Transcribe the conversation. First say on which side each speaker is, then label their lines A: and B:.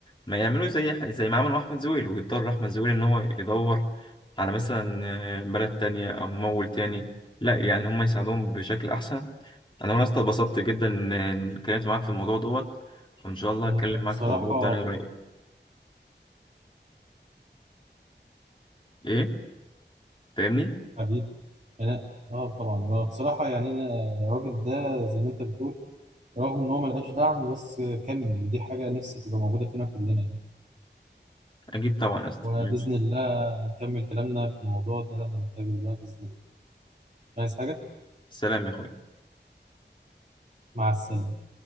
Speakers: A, on the left; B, on the right.
A: ما يعملوش زي زي ما عملوا أحمد زويل ويضطر أحمد زويل إن هو يدور على مثلا آه، بلد تانية أو ممول تاني لا يعني هم يساعدوهم بشكل أحسن أنا والله أصلا اتبسطت جدا إن إن اتكلمت معاك في الموضوع دوت وإن شاء الله
B: آه،
A: أتكلم معاك
B: بصراحة
A: في موضوع تاني قريب إيه فاهمني؟
B: حبيب أنا آه طبعا ما بصراحة يعني أنا الراجل ده زي ما أنت بتقول رغم إن هو ملقاش دعم بس كمل ودي حاجة نفسي تبقى موجودة فينا كلنا يعني
A: أكيد طبعا يا أسطى
B: وبإذن
A: ماشي
B: الله نكمل كلامنا في الموضوع ده لما نتقابل بقى بإذن الله مش عايز حاجة
A: سلام يا أخوي
B: مع السلامة